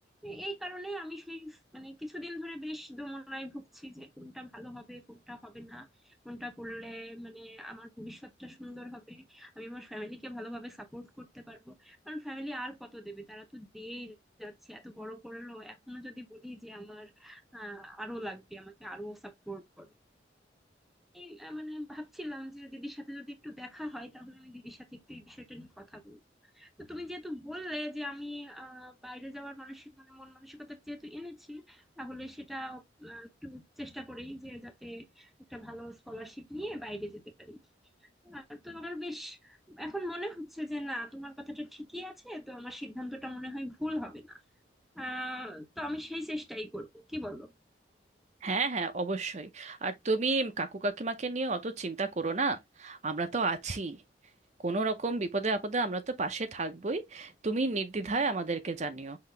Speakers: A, in the centre; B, on the right (about 35°).
A: এ- এই কারণে আমি সেই মানে কিছুদিন ধরে বেশ দোমনায় ভুগছি যে কোনটা ভালো হবে কোনটা হবে না কোনটা করলে মানে আমার ভবিষ্যৎটা সুন্দর হবে আমি আমার ফ্যামিলিকে ভালোভাবে সাপোর্ট করতে পারবো কারণ ফ্যামিলি আর কত দেবে তারা তো দিয়েই যাচ্ছে এত বড় করলো এখনো যদি বলি যে আমার আহ আরো লাগবে আমাকে আরো সাপোর্ট করো এই আহ, মানে ভাবছিলাম যে দিদির সাথে যদি একটু দেখা হয় তাহলে আমি দিদির সাথে একটু এই বিষয়টা নিয়ে কথা বলবো তো তুমি যেহেতু বললে যে আমি আহ, বাইরে যাওয়ার মানসিক মানে মন মানসিকতা যেহেতু এনেছি তাহলে সেটা আহ, একটু চেষ্টা করি যে যাতে একটা ভালো স্কলারশিপ নিয়ে বাইরে যেতে পারি আহ, তো আমার বেশ এখন মনে হচ্ছে যে না তোমার কথাটা ঠিকই আছে তো আমার সিদ্ধান্তটা মনে হয় ভুল হবে না আহ তো আমি সেই চেষ্টাই করব কি বলো
B: হ্যাঁ হ্যাঁ অবশ্যই আর তুমি কাকু কাকিমাকে নিয়ে অত চিন্তা করো না আমরা তো আছি কোনো রকম বিপদে আপদে আমরা তো পাশে থাকবোই তুমি নির্দ্বিধায় আমাদেরকে জানিও